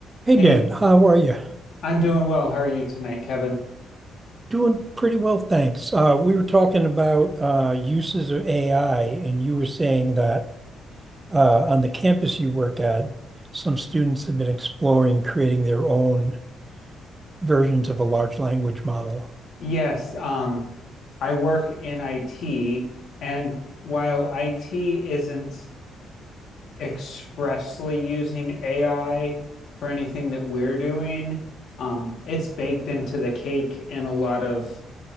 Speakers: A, on the right; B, on the left.
A: Hey,
B: Hey,
A: Dan, how are you?
B: I'm doing well. How are you tonight, Kevin?
A: Doing pretty well, thanks. Uh, we were talking about uh, uses of AI, and you were saying that uh, on the campus you work at, some students have been exploring creating their own versions of a large language model.
B: Yes, um, I work in IT, and while IT isn't expressly using AI for anything that we're doing, um, it's baked into the cake in a lot of